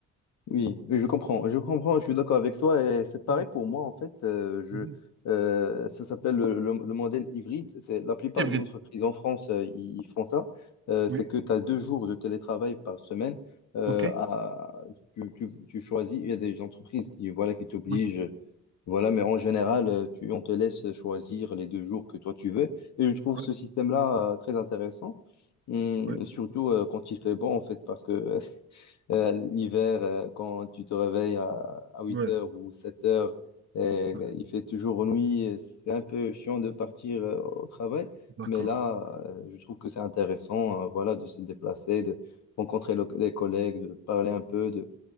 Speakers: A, on the left (about 65°); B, on the right (about 40°).
A: Oui, je comprends, je comprends, je suis d'accord avec toi et c'est pareil
B: Mhm,
A: pour moi en fait. euh, je,
B: mhm.
A: euh, ça s'appelle le, le- le modèle hybride. C'est la plupart
B: Hybride.
A: des entreprises en France, euh, ils font ça. Euh, c'est
B: Oui.
A: que tu as deux jours de télétravail par semaine. euh,
B: OK.
A: à- tu, tu- tu choisis. Il y a des entreprises qui voilà qui t'obligent,
B: Ouais.
A: voilà. Mais en général, euh, tu, on te laisse choisir les deux jours que toi tu veux. Et je trouve
B: Ouais.
A: ce système-là euh, très intéressant. Hum,
B: Ouais.
A: surtout euh, quand il fait bon en fait parce que euh, l'hiver, euh, quand tu te réveilles à, huit
B: Ouais.
A: heures ou 7h, il
B: Ouais.
A: fait toujours nuit. et C'est un peu chiant de partir euh, au travail,
B: D'accord.
A: mais là, euh, je trouve que c'est intéressant, euh, voilà, de se déplacer, de rencontrer le- les collègues, de parler un peu, de,